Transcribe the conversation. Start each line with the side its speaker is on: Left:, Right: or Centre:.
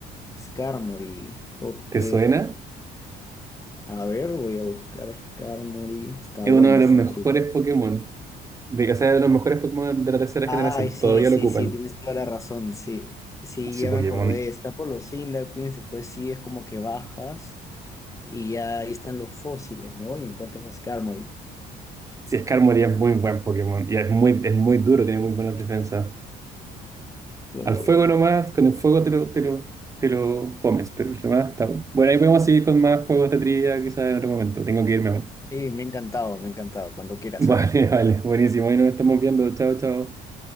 Left: Skarmory. Ok,
Right: ¿Te suena?
Left: A ver, voy a buscar a Skarmory. Está
Right: Es
Left: buena
Right: uno de
Left: esta
Right: los mejores
Left: trivia.
Right: Pokémon. De que sea de los mejores Pokémon de la tercera
Left: Ay,
Right: generación.
Left: sí,
Right: Todavía
Left: sí,
Right: lo ocupan.
Left: sí, tienes toda la razón. Sí, sí,
Right: Sí,
Left: ya
Right: Pokémon.
Left: me acordé. Está por los Cyndaquins, después sí es como que bajas y ya ahí están los fósiles, ¿no? Y encuentras a Skarmory.
Right: Sí, Skarmory es muy buen Pokémon. Y es muy, es muy duro, tiene muy buenas defensas.
Left: Qué bueno.
Right: Al fuego nomás, con el fuego te lo, te lo, te lo comes, pero el demás está bueno. Bueno, ahí podemos seguir con más juegos de trivia quizás en otro momento. Tengo que irme ahora.
Left: Sí, me ha encantado, me ha encantado. Cuando quieras,
Right: <laughs> Vale,
Left: ¿ah?
Right: vale, buenísimo. Ahí nos estamos viendo. Chao, chao.